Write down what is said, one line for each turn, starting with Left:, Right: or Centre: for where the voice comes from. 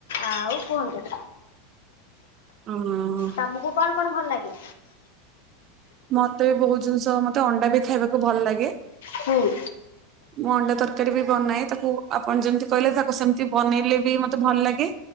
Left: ଆଉ କୁହନ୍ତୁ।
Right: ଉଁ-ଉଁ-ଉଁ-ଉଁ
Left: ତମକୁ କଣ କଣ ଭଲ ଲାଗେ?
Right: ମତେ ବି ବହୁତ ଜିନିଷ ମତେ ଅଣ୍ଡା ବି ଖାଇବାକୁ ଭଲ ଲାଗେ।
Left: ହୁଁ।
Right: ମୁଁ ଅଣ୍ଡା ତରକାରୀ ବି ବନାଏ ତାକୁ ଆପଣ ଯେମିତି କହିଲେ ତାକୁ ସେମିତି ବନେଇଲେ ବି ମତେ ଭଲ ଲାଗେ।